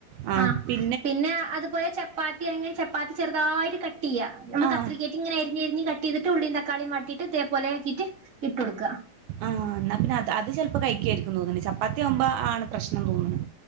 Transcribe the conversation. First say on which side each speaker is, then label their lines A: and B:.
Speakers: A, on the right (about 75°); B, on the right (about 25°).
A: അഹ്
B: ആ
A: പി
B: പിന്നെ അതുപോലെ ചപ്പാത്തി അണെങ്കിലും ചപ്പാത്തി ചെറുതായിട്ട് കട്ടെയ്യ ഞമ്മള്
A: ആഹ്
B: കത്രികേ കേറ്റിങ്ങെനെ അര്ഞ്ഞര്ഞ്ഞ് കട്ടെയ്തിട്ട് ഉള്ളിം തക്കാളിയും വാട്ടീട്ട് തേപോലെ ആക്കിട്ട് ഇട്ടൊട്ക്ക.
A: ആഹ് ന്നാ പിന്നെ അത് അത് ചെൽപ്പോ കഴിക്ക്‌യാരിക്കും തോന്ന്ണ് ചപ്പാത്തി ആവുമ്പോ ആണ് പ്രശ്നം തോന്ന്ണ്.